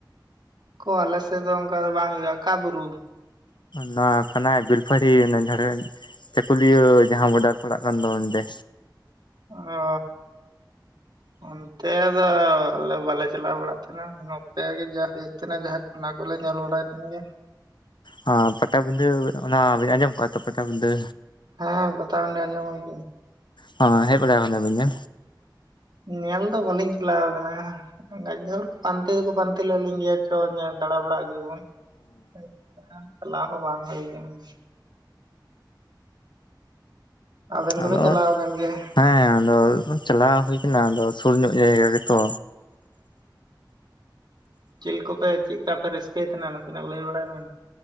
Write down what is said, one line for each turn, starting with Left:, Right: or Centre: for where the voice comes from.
Right: ᱠᱚ ᱟᱞᱮ ᱥᱮᱫ ᱫᱚ ᱚᱱᱠᱟ ᱫᱚ ᱵᱟᱝ ᱦᱩᱭᱩᱜᱼᱟ ᱚᱠᱟ ᱵᱩᱨᱩ
Left: ᱱᱚᱣᱟ ᱠᱟᱱᱟᱭ ᱵᱮᱞᱯᱟᱦᱟᱲᱤ ᱚᱱᱟ ᱡᱷᱟᱲᱜᱨᱟᱢ ᱪᱟᱹᱠᱩᱞᱤᱭᱟᱹ ᱡᱟᱦᱟᱸ ᱵᱚᱰᱟᱨ ᱯᱟᱲᱟᱜ ᱠᱟᱱ ᱫᱚ ᱚᱸᱰᱮ
Right: ᱚᱼᱦᱚ ᱚᱠᱛᱮ ᱫᱚ ᱟᱞᱮ ᱵᱟᱞᱮ ᱪᱟᱞᱟᱣ ᱵᱟᱲᱟᱜ ᱛᱟᱦᱮᱱᱟ ᱩᱱ ᱱᱚᱛᱮ ᱜᱮ ᱡᱟ ᱦᱩᱭᱩᱜ ᱛᱟᱦᱮ ᱡᱟᱦᱟᱸ ᱚᱱᱟ ᱠᱚᱞᱮ ᱧᱮᱞ ᱵᱟᱲᱟᱭ ᱛᱟᱦᱮᱱ ᱜᱮᱭᱟ
Left: ᱦᱚᱸ ᱯᱟᱴᱟᱵᱤᱸᱫᱷᱟᱹ ᱚᱱᱟ ᱵᱤᱱ ᱟᱸᱡᱚᱢ ᱠᱚᱜᱼᱟ ᱛᱚ ᱯᱟᱴᱟᱵᱤᱸᱫᱷᱟᱹ
Right: ᱦᱮᱸ ᱯᱟᱴᱟᱵᱤᱱᱫᱷᱟ. ᱟᱸᱡᱚᱢ ᱦᱩᱭ
Left: ᱦᱸ ᱦᱮᱡ ᱵᱟᱲᱟ ᱟᱠᱟᱱᱫᱟ ᱵᱤᱱ ᱪᱮ
Right: ᱧᱮᱞ ᱫᱚ ᱵᱟᱹᱞᱤᱧ ᱪᱞᱟᱣ ᱟᱠᱟᱱᱟ ᱜᱟᱡᱮ ᱦᱚᱲ ᱯᱟᱱᱛᱮ ᱫᱚᱠᱚ ᱯᱟᱱᱛᱮ ᱞᱮᱫ ᱞᱤᱧ ᱜᱮᱭᱟ ᱪᱚ ᱧᱮᱞ ᱫᱟᱬᱟ ᱵᱟᱲᱟ ᱟᱜᱩ ᱭᱟᱵᱚᱱ ᱪᱟᱞᱟᱣ ᱦᱚᱸ ᱵᱟᱝ ᱦᱩᱭ ᱟᱠᱟᱱᱟ ᱟᱵᱮᱱ
Left: ᱟᱫᱚ
Right: ᱫᱚᱵᱮᱱ ᱪᱟᱞᱟᱣ ᱟᱠᱟᱱ ᱜᱮᱭᱟ
Left: ᱦᱮᱸ ᱟᱫᱚ ᱪᱟᱞᱟᱣ ᱦᱩᱭ ᱟᱠᱟᱱᱟ ᱟᱫᱚ ᱥᱩᱨ ᱧᱚᱜ ᱡᱟᱭᱜᱟ ᱜᱮᱛᱚ
Right: ᱪᱮᱫ ᱠᱚᱯᱮ ᱪᱮᱫ ᱞᱮᱠᱟ ᱯᱮ ᱨᱟᱹᱥᱠᱟᱹᱭ ᱛᱟᱦᱮᱱᱟ ᱱᱟᱥᱮᱱᱟᱜ ᱞᱟᱹᱭ ᱵᱟᱲᱟᱭ ᱢᱮ